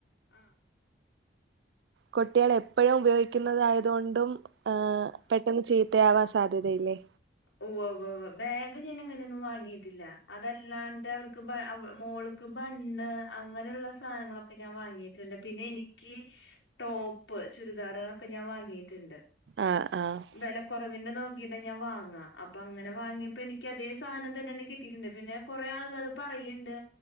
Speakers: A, on the left; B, on the right.
A: ആഹ്
B: കുട്ടികള് എപ്പഴും ഉപയോഗിക്കുന്നാതായത് കൊണ്ടും ആഹ് പെട്ടെന്ന് ചി തയാവാൻ സാധ്യതയില്ലേ
A: ഉവ്വ് ഉവ്വ് ഉവ്വ് ബാഗ് ഞാൻ അങ്ങനെയൊന്നും വാങ്ങിയിട്ടില്ല അത് അല്ലാണ്ട് അവർക്ക് പ മോള് ക്ക ബണ്ണ് അങ്ങനെയോള്ളാ സാനങ്ങളൊക്കെ ഞാൻ വാങ്ങിട്ടിണ്ട് പിന്നെ എനിക്ക് ടോപ്പ് ചുരിദാറൊക്കെ ഞാൻ വാങ്ങിട്ട് ഇണ്ട്
B: ആഹ് ആഹ്
A: വെല കൊറവിൻ്റെ നോക്കിയിട്ടാ ഞാൻ വാങ്ങാ അപ്പൊ അങ്ങനെ വാങ്ങിയപ്പോ എനിക്ക് അതേ സാനം തന്നെയാണ കിട്ടിട്ടിണ്ട് പിന്നെ കൊറെ ആള്കള് പറയോ ഇണ്ട്